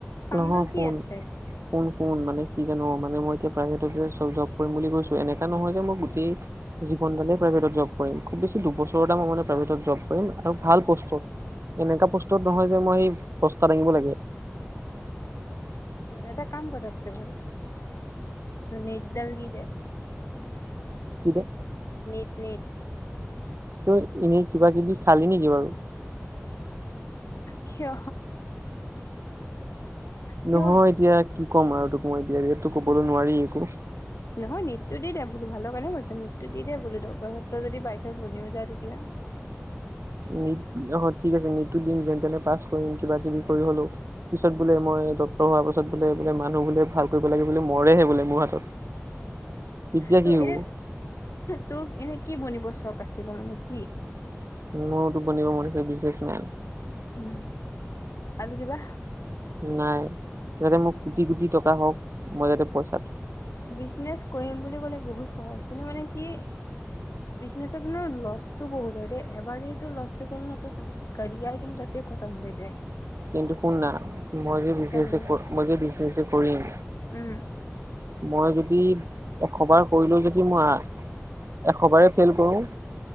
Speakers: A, on the left; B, on the right.
A: কামডাল
B: নহয়
A: কি
B: শুন
A: আছে
B: শুন মানে কি জানো মানে মই। প্ৰাইভেট জব কৰিম বুলি কৈছো এনেকা নহয় যে মই গোটেই জীৱন ডালে প্ৰাইভেটত জব কৰিম। খুব বেছি দুবছৰ মই মানে প্ৰাইভেটত জব কৰিম আৰু ভাল পষ্টত। এনেকুৱা পষ্টত নহয় যে মই সেই বস্তা দাঙিব লাগে।
A: এটা কাম কৰ তাটছে ভাল নিত ডাল দিদে।
B: কি দে?
A: নিট নিট
B: ত' এনেই কিবা কিবি খালি নেকি বাৰু
A: কিয়। কিয়
B: নহয় এতিয়া কি ক'ম আৰু টোক। সোমাই দিয়া এইটো ক'বলৈ নোৱাৰি একো।
A: নহয় নীটটো দি দে বোলো ভালৰ কাৰণে কৈছ নিটটো দি দিয় দে বোলো দৰ্ক যদি বাইচাস বনিও যায় তে এতিয়া।
B: নট অ ঠিক আছে নীটটো দিম যেন তেনে পাছ কৰিম কিবা কিবি কৰি হ'লেও। পিছত বোলে মই ডক্টৰ হোৱাৰ পাছত বোলে। বোলে মানুহ বোলে ভাল কৰিব লাগে বো মৰেহে বোলে মোৰ হাতত। তেতিয়া
A: ত
B: কি হ'ব
A: এনে তোক এনে কি বনিবচ চখ আছিলে মানে কি?
B: মোৰোটো বনিব মন গৈছে বিজনেচমেন।
A: উম আৰু কিবা
B: নাই। যাতে মোক কোটি কোটি টকা হওক মই যাতে পইচা।
A: বিজনেচ কৰিম বুলি ক'লে বহুত সহজ কিন্তু মানে কি?
B: <unintelligible>
A: বিজনেচত কিন্তু লছটো বহুত হয় দেই এবাৰ যদি তোৰ লষ্ট হৈ গল ন কাৰীয়াৰ কিন্তু তাতে খটম। আম যে <inaudible>
B: কিন্তু শুন না মই যদি বিজনেচ
A: বহুত
B: মই যদি বিজনেচ কৰিম
A: উম
B: মই যদি এশবাৰ কৰিলো যদি মই। এশবাৰে ফেইল কৰোঁ।